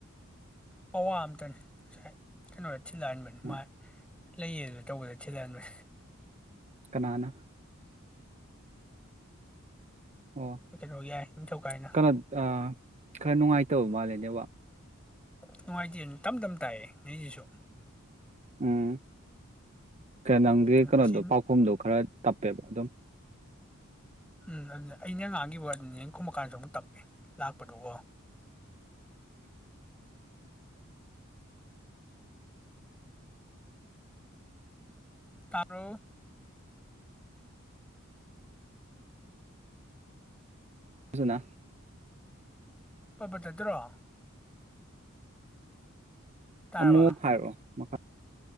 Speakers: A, in the centre; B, on the right.
A: ꯄꯋꯥ ꯑꯝꯇꯅꯤ ꯉꯁꯥꯏ ꯀꯩꯅꯣ ꯊꯤꯟꯍꯜꯂꯛ ꯑꯃꯕꯅꯦ
B: ꯎꯝ
A: ꯃꯥ ꯂꯩꯌꯦ ꯑꯗꯨꯅ ꯇꯧꯕꯗ ꯊꯤꯜꯂꯛꯑꯂꯅꯦ
B: ꯀꯅꯥꯅ ꯑꯣ
A: ꯀꯩꯅꯣꯒꯤ ꯌꯥꯏ ꯅꯤꯡꯊꯧꯀꯥꯏꯅ
B: ꯀꯔ ꯈꯔ ꯅꯨꯡꯉꯥꯏ ꯇꯧ ꯃꯥꯂꯅꯦ
A: ꯅꯨꯡꯉꯥꯏꯇꯦ ꯑꯗꯨ ꯇꯝ ꯇꯝ ꯇꯥꯏꯌꯦ ꯅꯣꯏꯁꯤꯁꯨ
B: ꯎꯝ ꯀ ꯅꯪꯒꯤ
A: ꯎꯝ
B: ꯀꯩꯅꯣꯗꯣ
A: ꯉꯁꯤ
B: ꯄꯥꯎꯈꯨꯝꯗꯣ ꯈꯔ ꯇꯞꯄꯦꯕ ꯑꯗꯨꯝ
A: ꯎꯝ ꯑꯗꯨ ꯑꯩꯅ ꯉꯥꯡꯈꯤꯕ ꯀꯨꯝꯃ ꯀꯥꯟꯗꯁꯨ ꯑꯃꯨꯛ ꯇꯞꯄꯤ ꯂꯥꯛꯄꯗꯨꯀꯣ ꯇꯕꯔꯣ
B: ꯑꯗꯨꯁꯨꯅ
A: ꯄꯇ ꯄꯇ ꯇꯥꯠꯇ꯭ꯔꯣ ꯇꯥꯔꯕ
B: ꯑꯃꯨꯛ ꯍꯥꯏꯔꯛꯑꯣ ꯃꯈꯥ